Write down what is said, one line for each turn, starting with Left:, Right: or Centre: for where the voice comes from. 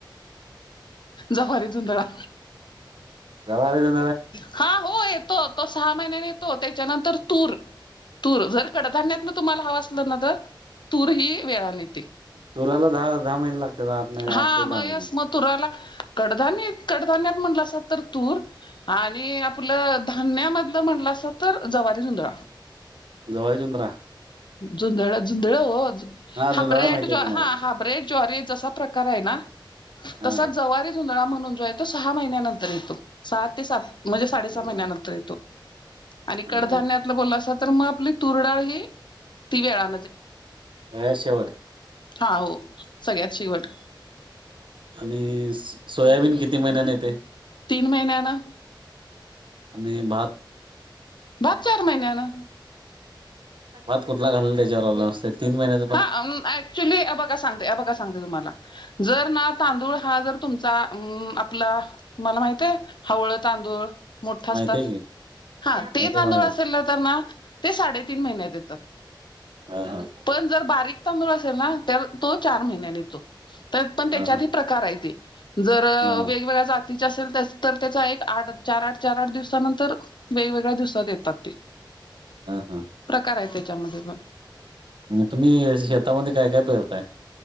Left: जव्हारी झुंधळा....
Right: जव्हरी जुदल
Left: हा हो येतो तो सहा महिन्याने येतो त्याच्यानंतर तूर तूर जर कडधान्यातन तुम्हाला हवं असलं ना तर तूरही वेळाने येते
Right: तुराला दहा दहा महिने लागतात आठ महिने
Left: हा
Right: आठ ते
Left: मग
Right: दहा
Left: यस
Right: महिने
Left: मग तुराला कडधानत कडधान्यात म्हटलं असा तर तूर... आणि आपलं धान्यामधलं म्हणलं असं तर जवारी जुंदल...
Right: जव्हारी जुंदळा
Left: जुंधळ जुधळ हो
Right: हा
Left: हाब्रेड
Right: जुंधळा माहिती
Left: ज
Right: आहे की मला
Left: हा हाब्रेड जर जसा प्रकार आहे ना
Right: हा
Left: तसा जव जुंधळा म्हणून जो आहे तो सहा महिन्यानंतर येतो सहा ते सात म्हणजे साडेसहा
Right: हा
Left: महिन्यानंतर
Right: हा
Left: येतो आणि
Right: हा
Left: कडधान्यातलं
Right: हा
Left: बोललं अस तर मग आपली तुरडाळ ही.... तीन वेळा
Right: अ शेवट..
Left: हा हो... सगळ्यात शेवट
Right: आणि सोयाबीन किती महिन्याने येते....
Left: तीन महिन्या ना.....
Right: आणि भात...
Left: भात चार महिन्याना...
Right: भात कुठला घाल त्याच्यावर अवलंबून असत... तीन महिन्या
Left: हा ऍक्च्युली अ बघ सांगते अ बघ सांगते तुम्हाला जर ना तांदूळ हा जर.... तुमचा अ आपला मला माहित आहे हवळ तांदूळ... मोठा
Right: माहिती
Left: असतात
Right: आहे की
Left: हा ते
Right: माहिती
Left: तांदूळ
Right: आहे माहिती आहे
Left: असेल ना तर ना ते साडेतीन महिन्यात येतात....
Right: हा हा...
Left: पण जर बारीक तांदूळ असेल ना तर तो चार महिन्याने येतो... तर पण त्याच्यात
Right: हा
Left: प्रकार आहे ते जर
Right: हा
Left: वेगवेगळ्या जातीचे असेल तर... तर त्याचा एक आठ चार आठ चार आठ दिवसानंतर वेगवेगळ्या दिवसात येतात ते...
Right: हा हा
Left: प्रकार आहे त्याच्यामध्ये पण....
Right: तुम्ही शेतामध्ये काय काय पेरताय?